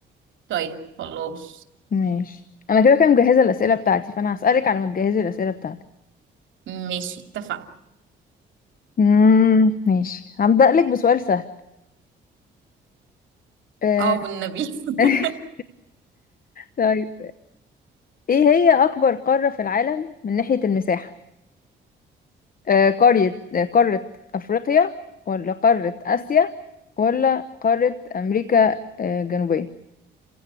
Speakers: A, on the right; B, on the left.
A: طيب خلاص
B: ماشي انا كده كده مجهزة الأسئلة بتاعتي فانا هسألك على ما تجهزي الأسئلة بتاعتك
A: ماشي اتفقنا
B: امم ماشي هبدأ لك بسؤال سهل آه،
A: اه والنبي <laughs>
B: <laughs> طيب ايه هي اكبر قارة في العالم من ناحية المساحة آه، قرية آه، قارة افريقيا ولا قارة اسيا ولا قارة امريكا آه، الجنوبية